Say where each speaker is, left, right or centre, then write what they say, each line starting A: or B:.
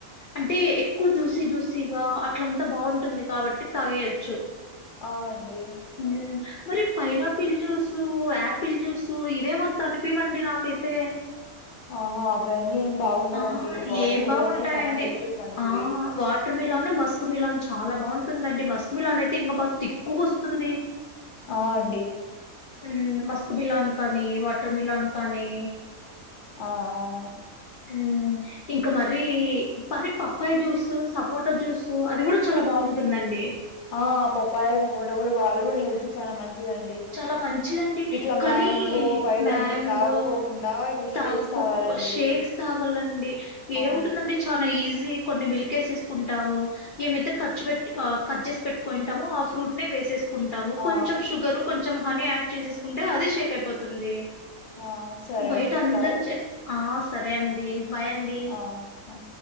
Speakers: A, on the left; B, on the left.
A: అంటే ఎక్కువ జూసీ జూసీగా అట్లంతా బావుంటుంది కాబట్టి తాగేయొచ్చు
B: ఆ అండీ
A: ఊ మరి పైనాపిల్ జ్యూసు యాపిల్ జ్యూసు ఇవేమంత అనిపీవండి నాకైతే
B: ఓహో అవన్నీ ఏం బాగుండవండి
A: ఆ
B: వాట్ర
A: ఏం
B: మిల్లనే
A: బాగుంటాయండి
B: చానా హెల్త్కు మంచిది
A: ఆ వాటర్ మిలాన్ మస్క్ మిలాన్ చాలా బావుంటుందండి మస్క్ మిలాన్ అయితే ఇంకా బాగా తిక్కుగొస్తుంది
B: ఆ అండి
A: ఊ మస్క్ మిలాన్ కానీ వాటర్ మిలాన్ కానీ
B: ఆ ఆ
A: ఊ ఇంకో మరీ పారి పప్పాయ జ్యూసు సపోటా జ్యూసు అది గుడా చాలా బావుంటుందండి
B: ఆ పొప్పాయ సపోట గుడ బాగ గుడా హెల్త్ కు చాలా మంచిదండి
A: చాలా మంచిదండి
B: ఇట్లా
A: కానీ
B: మ్యాంగో బయటంతా
A: మ్యాంగో
B: తాగకోకుండా ఇట్లా
A: తాగ
B: షేక్స్
A: కుకుక్కు
B: తాగాలండి.
A: షేక్స్ తాగలండి ఏముంటుందండి
B: ఆ!
A: చానా ఈజీ కొన్ని బిల్కేస్ ఇస్కుంటాము ఏమైతే ఖర్చు బెట్టి ఆ కజ్జేస్ పెట్ట్ కోయింటామో ఆ ఫ్రూట్ నే వేసేస్ కుంటాము
B: ఆ!
A: కొంచెం షుగరు కొంచెం హనీ యాడ్ చేసేస్కుంటే అది షేక్ అయిపోతుంది
B: ఆ! సరే
A: బయట
B: అండి.
A: అందర్
B: బాయ్.
A: చే హా సరే అండి బాయ్ అండి.
B: ఆహా